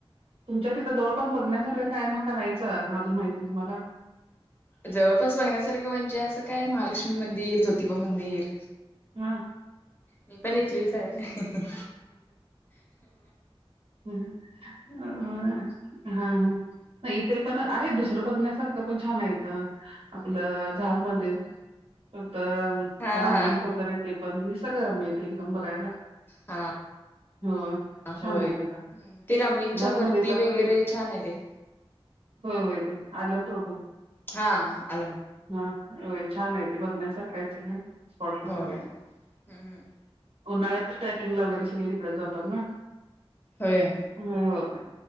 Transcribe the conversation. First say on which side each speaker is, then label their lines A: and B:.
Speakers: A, on the right; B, on the left.
A: तुमच्यात तिथं जवळपास बघण्यासारखं काय मग का नाहीचं अजून माहिती तुम्हाला.
B: जवळपास बघण्यासारखं म्हणजे असं काय महालक्ष्मी मंदिर ज्योतिबा मंदिर.
A: हा...
B: मी पण इथलीच आहे.
A: ह.. हा.... हा... नाही इथे पण.. आहे दुसरं बघण्यासारखं पण छान आहे. इथ आपलं.. झाज मंदिर. हो तर
B: हा
A: रामलिंग
B: हा
A: वैगैरे ते पण निसर्गरम्य आहे ते एकदम बघायला.
B: हा..
A: हो छान
B: होय.
A: आहे तिथं
B: ते रामलिंगच्या
A: जहाज
B: वरती
A: मंदिरला
B: वैगैरे
A: पण
B: छान आहे ते.
A: होय-. होय ते आलम प्रभू.
B: हा.... अ...
A: हा छान आहे ते बघण्यासारखा आहे सगळं. स्पॉट ते
B: होय
A: सगळे...
B: हम्म
A: उन्हाळ्यात ट्रॅकिंग ला वैगैरे सगळे तिकडेच जातात ना...
B: होय.
A: हो -हो